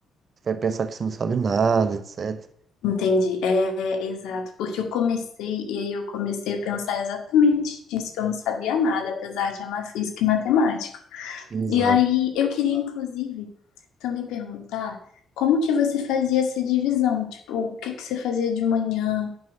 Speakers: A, on the right; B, on the left.
A: você vai pensar que você não sabe nada, etc.
B: entendi. É, é, exato, porque eu comecei e aí eu comecei a pensar exatamente isso, que eu não sabia nada, apesar de amar física e matemática.
A: Exato.
B: E aí eu queria, inclusive, também perguntar como que você fazia essa divisão? Tipo, o que que você fazia de manhã?